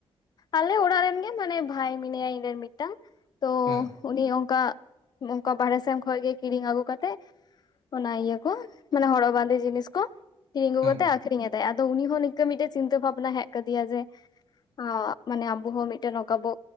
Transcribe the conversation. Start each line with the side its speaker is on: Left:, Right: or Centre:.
Left: ᱟᱞᱮ ᱚᱲᱟᱜ ᱨᱮᱱ ᱜᱮ ᱢᱟᱱᱮ ᱵᱷᱟᱭ ᱢᱮᱱᱟᱭᱟ ᱤᱧ ᱨᱮᱱ ᱢᱤᱫᱴᱟᱝ ᱛᱚ
Right: ᱦᱮᱸ
Left: ᱩᱱᱤ ᱚᱱᱠᱟ ᱚᱱᱠᱟ ᱵᱟᱦᱨᱮ ᱥᱮᱱ ᱠᱷᱚᱡᱜᱮ ᱠᱤᱨᱤᱧ ᱟᱹᱜᱩ ᱠᱟᱛᱮᱜ ᱚᱱᱟ ᱤᱭᱟᱹ ᱠᱚ ᱢᱟᱱᱮ ᱦᱚᱨᱚᱜ ᱵᱟᱸᱫᱮ ᱡᱤᱱᱤᱥ ᱠᱚ ᱠᱤᱨᱤᱧ ᱟᱹᱜᱩ
Right: ᱦᱮᱸ ᱦᱮᱸ
Left: ᱠᱟᱛᱮ ᱟᱠᱷᱨᱤᱧ ᱮᱫᱟᱭ ᱟᱫᱚ ᱩᱱᱤ ᱦᱚᱸ ᱱᱤᱝᱠᱟᱹ ᱢᱤᱫᱴᱮᱡ ᱪᱤᱱᱛᱟᱹ ᱵᱷᱟᱵᱱᱟ ᱦᱮᱡ ᱠᱟᱫᱮᱭᱟ ᱡᱮ ᱦᱚ ᱢᱟᱱᱮ ᱟᱵᱚ ᱦᱚᱸ ᱢᱤᱫᱴᱮᱱ ᱱᱚᱝᱠᱟ ᱵᱚ